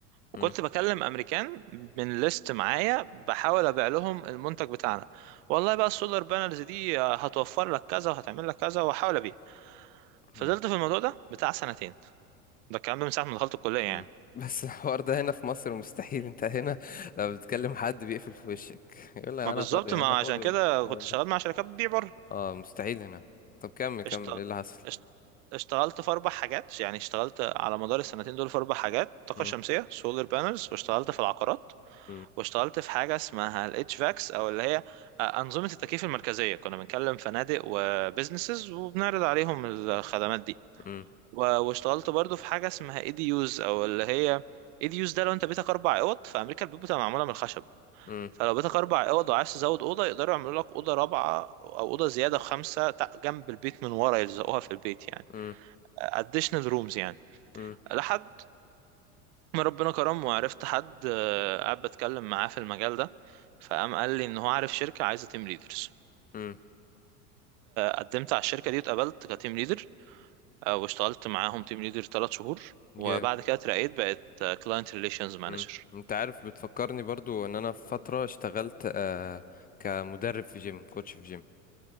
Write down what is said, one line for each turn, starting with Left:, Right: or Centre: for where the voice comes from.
Right: وكنت
Left: مم،
Right: بكلم امريكان من ليست معايا بحاول ابيع لهم المنتج بتاعنا والله بقى السولار بانلز دي آه، هتوفر لك كذا وهتعمل لك كذا واحاول ابيع فضلت
Left: مم.
Right: في الموضوع ده بتاع سنتين ده الكلام ده من ساعة ما دخلت الكلية
Left: مم.
Right: يعني
Left: بس <laughs> الحوار ده هنا في مصر مستحيل انت هنا لو بتكلم حد بيقفل في وشك يقول لك انا
Right: ما بالظبط
Left: فاضي
Right: ما
Left: انا فاضي
Right: عشان كده
Left: الهبل
Right: كنت شغال
Left: ده
Right: مع شركات بتبيع بره
Left: اه مستحيل هنا طب كمل كمل
Right: اشت...
Left: ايه اللي حصل
Right: اشت... اشتغلت في أربع حاجات يعني اشتغلت على مدار السنتين دول في أربع حاجات طاقة
Left: مم.
Right: شمسية سولار بانلز واشتغلت في العقارات
Left: مم.
Right: واشتغلت في حاجة اسمها الاتش فاكس أو اللي هي آه، أنظمة التكييف المركزية كنا بنكلم فنادق وبزنسز وبنعرض عليهم الخدمات دي
Left: مم.
Right: و- واشتغلت برضو في حاجة اسمها اي دي يوز أو اللي هي اي دي يوز ده لو انت بيتك أربع أوض في أمريكا البيوت بتبقى معمولة من الخشب
Left: مم.
Right: فلو بيتك اربع اوض وعايز تزود اوضه يقدروا يعملوا لك اوضه رابعه او اوضه زياده خمسه تع- جنب البيت من ورا يلزقوها في البيت يعني
Left: مم.
Right: additional rooms يعني
Left: مم.
Right: لحد ما ربنا كرم وعرفت حد آه، قاعد بتكلم معاه في المجال ده فقام قال لي ان هو عارف شركه عايزه تيم ليدرز
Left: مم.
Right: قدمت على الشركه دي واتقبلت كتيم ليدر واشتغلت معاهم تيم ليدر ثلاث شهور
Left: جامد
Right: وبعد كده اترقيت بقت كلاينت ريليشنز مانجر
Left: مم. انت عارف بتفكرني برضو ان انا في فترة اشتغلت آه كمدرب في جيم كوتش في جيم